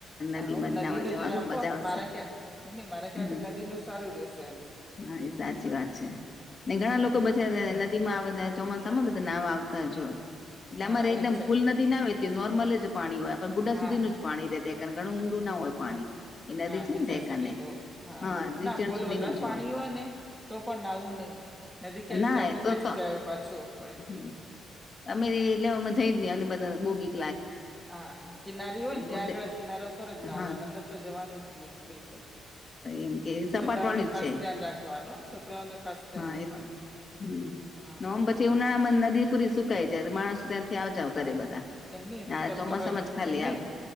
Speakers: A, on the left (about 35°); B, in the centre.
A: નદીમાં
B: હો નદી
A: નાવા
B: નું
A: જવાનું
B: જ રાખો
A: મજા આવશે
B: મારા ખ્યા ની મારા ખ્યાલથી
A: હમ
B: નદીનું સારું રહેશે એમ
A: હા એ સાચી વાત છે ને ઘણા
B: હા
A: લોકો બજા નદી માં આવે ચોમાસામાં બધા નાવ આવતા જો હોય એટલે
B: હા
A: અમારે
B: આવે
A: એટલેમ
B: જ છે
A: ફૂલ
B: હવે.
A: નથ દીના વેતી નોર્મલ જ પાણી હોય પણ ગુડા
B: હા
A: સુધીનું જ પાણી રેતા કારણ ઘણું ઊંડું ના હોય પાણી
B: હા
A: એ
B: હા
A: નદી છે
B: ટીચા
A: ને ત્યાં
B: સધી
A: કને
B: નું હા બરોબર
A: રીચણ
B: ના ફૂલ
A: સુધીનું
B: વધારે
A: જ
B: પાણી હોય ને તો પણ નાું નહી નદી ક્યારેતે
A: ના
B: આપણે
A: એ તો
B: ખેંચી
A: તો
B: જાય પાછો વળી
A: હમ્મ અમે એટલે જયે જ ની અમને બધા બો બી
B: હા કિનારી હોય ને ત્યાં
A: ગુડે
B: આગળ જ કિનારા ઉપર જ નાહવાની
A: હા
B: અંદર તો જવાનું જ નહી બિલ
A: એમ કે સપાટ
B: છોકરાઓને
A: વાળી જ
B: ખાસ
A: છે
B: ધ્યાન રાખવાનું છોકરાઓને ખાસ ધ્યાન
A: હા
B: રાખવાનું
A: એ હમ
B: હા
A: ઓમ પછી ઉનાળામાં નદી પૂરી સુકાઈ જાય તો માણસ ત્યાં થી આવજાવ કરે
B: હા
A: બધા
B: એમની
A: ના
B: તો
A: ચોમાસામાં
B: તો
A: જ ખાલી
B: એમની
A: આવ